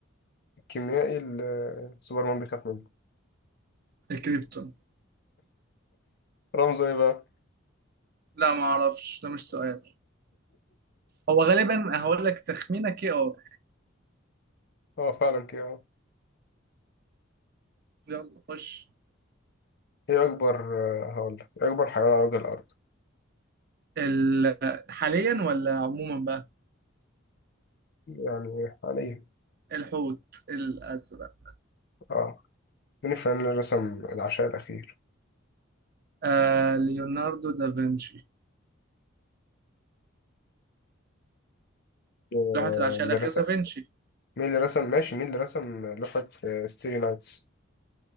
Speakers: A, on the left; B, on the right.
A: الكيميائي اللي سوبرمان بيخاف منه؟
B: الكريبتون
A: رمزه ايه بقى؟
B: لا ما اعرفش ده مش سؤال هو غالبا هقول لك تخمينه كي ار
A: اه فعلا كده اه.
B: يلا خش
A: ايه اكبر آه، هقول لك إيه اكبر حيوان على وجه الارض؟
B: ال... حاليا ولا عموما بقى
A: يعني حاليا
B: الحوت الازرق
A: اه مين الفنان اللي رسم العشاء الاخير؟
B: آه ليوناردو دافنشي
A: آه،
B: لوحة العشاء
A: اللي
B: الاخير
A: رسم
B: دافنشي
A: مين اللي رسم ماشي مين اللي رسم لوحة آه، ستيري نايتس